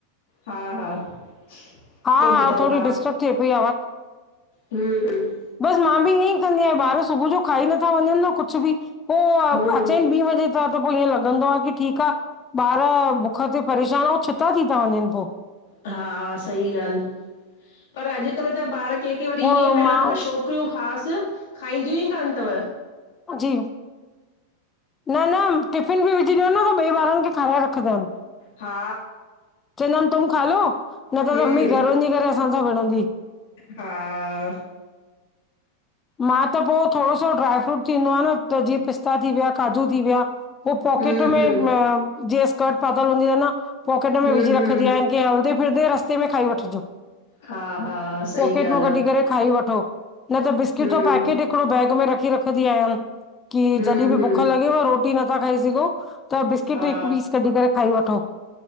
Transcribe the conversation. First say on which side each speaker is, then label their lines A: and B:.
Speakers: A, on the left; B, on the left.
A: हा हा पो
B: हा,
A: ॿुधायो,
B: थोरी
A: हा
B: डिस्टर्ब थिए पई
A: हम्म हम्म
B: बस मां बि ईयंई कंदी आहियां ॿार सुबु जो खाई नथा वंञंनि न कुछु बि पो
A: हम्म
B: अचेन ॿी वजे ता त पो ईयें लॻंदो आ की ठीक आ ॿार बुख ते परेशान अऊं छिता थी ता वंञेंनि पो
A: हा सही ॻाल्हि, पर अॼुकल्ह जा ॿार के के वरी
B: पोइ
A: ईंयें पहिला
B: मां
A: त भई शो छोकरियूं ख़ासि खाईंदियूं ई कान तव।
B: जी, न न टिफिन बि विझी ॾियोन न त ॿिए ॿारनि खे खाराए रख खदा इनि,
A: हा
B: चंईंदा इनि तुम खा लो न त
A: हम्म
B: त मम्मी घर वंञी करे अस असांसा विणंदी
A: हा।
B: मां त पो थोड़ो सो ड्राई फ्रूट थींदो आ न त जीअं पिस्ता थी विया, काजू थी विया हो
A: हम्म
B: पॉकेट
A: हम्म
B: में जीअं स्कर्ट पातल हूंदी आहे न पोकेट
A: हम्म
B: में विझी
A: हम्म
B: रखदी आहियान कि हलदे फिरदे रस्ते में खाई वठिजो।
A: हा हा सही
B: पोकेट मां
A: ॻाल्हि
B: कढी
A: आहे
B: करे खाई वठो न त बिस्क किट
A: हम्म
B: जो पैकेट हिकिड़ो बैग में रखी रखदी आह्यान कि
A: हम्म
B: जॾी बि
A: हम्म
B: भुख लगे गेव, रोटी नथा खाई सघो त बिस्किट
A: हा
B: हिकु पीस कढी करे खाई वठो